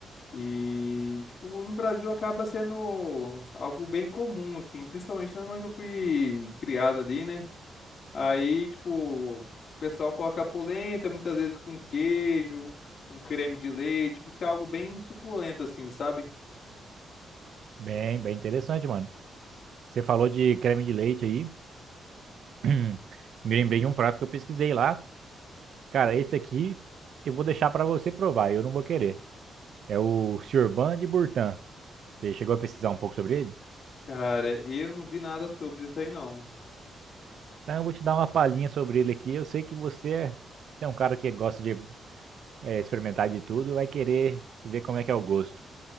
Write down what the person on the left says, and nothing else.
e tipo, no Brasil acaba sendo algo bem comum assim, principalmente na onde eu fui criado ali, né? Aí, tipo, o pessoal coloca polenta, muitas vezes com queijo, um creme de leite, fica algo bem suculento assim, sabe?
Cara, eu não vi nada sobre isso aí não.